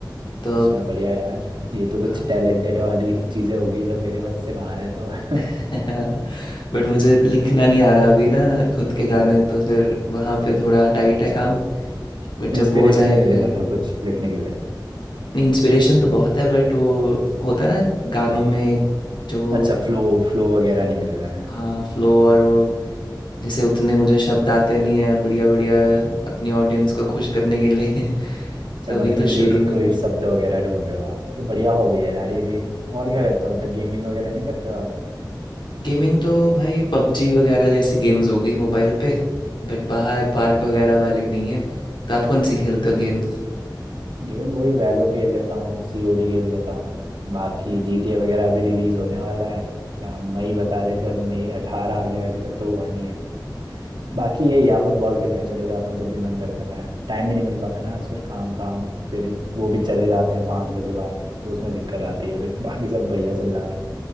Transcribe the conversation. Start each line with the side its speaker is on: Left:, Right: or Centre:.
Left: तो
Right: अच्छा
Left: अब
Right: बढ़िया यार ये तो कुछ
Left: हाँ।
Right: टैलेंटेड वाली चीजें हो गई जो मेरे बस से बाहर है तो <laughs>
Left: <laughs> बट मुझे लिखना नहीं आ रहा अभी ना खुद के गाने तो फिर वहाँ पे थोड़ा टाइट
Right: अच्छा
Left: है काम बट
Right: इंस्पिरेशन
Left: जब वो हो जाए
Right: नहीं मिले
Left: फिर
Right: मतलब कुछ लिखने के लिए
Left: नहीं इंस्पिरेशन
Right: ठीक
Left: तो
Right: है
Left: बहुत है बट वो होता है ना गानों में जो वो
Right: अच्छा फ्लो फ्लो वगैरह नहीं मिल रहा है
Left: हाँ फ्लो और वो जैसे उतने मुझे शब्द आते नहीं है बढ़िया बढ़िया अपनी ऑडियंस
Right: अच्छा
Left: को खुश करने के लिए <laughs>
Right: अच्छा
Left: तो अभी
Right: मतलब इंगेजिंग
Left: तो शुरू में
Right: कोई
Left: ही
Right: शब्द वगैरह ढूंढ रहे हो आप तो बढ़िया हॉबी है यार ये भी और क्या करते हो मतलब गेमिंग वगैरह नहीं करते हो आप
Left: गेमिंग तो भाई पबजी वगैरह जैसी गेम्स हो गई मोबाइल पे बट बाहर पार्क
Right: अच्छा
Left: वगैरह वाली नहीं है तो आप कौन सी खेलते हो गेम्स
Right: गेम वही वैलो खेल लेता हूँ सीओडी खेल लेता हूँ बाकी जीटीए वगैरह अभी रिलीज होने वाला है क्या मई बता रहे थे अब मई अठारह आ गया है अभी तक तो हुआ नहीं है बाकी यही यार फुटबॉल खेलने चले जाता हूँ जब भी मन करता है टाइम भी नहीं मिल पाता ना आजकल काम काम फिर वो भी चले जाते हैं पाँच बजे बाद तो उसमें दिक्कत आती है फिर <laughs> बाकी सब बढ़िया चल रहा है भाई